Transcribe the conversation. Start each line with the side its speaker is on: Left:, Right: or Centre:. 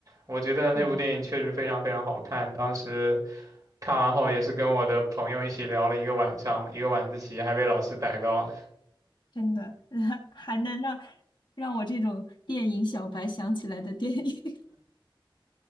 Right: 我觉得那部电影确实非常非常好看，
Left: 对，
Right: 当时看完后也是跟我的朋友一起聊了一个晚上，一个晚自习还被老师逮到了。
Left: 真的，<laughs> 还能让让我这种电影小白想起来的电影。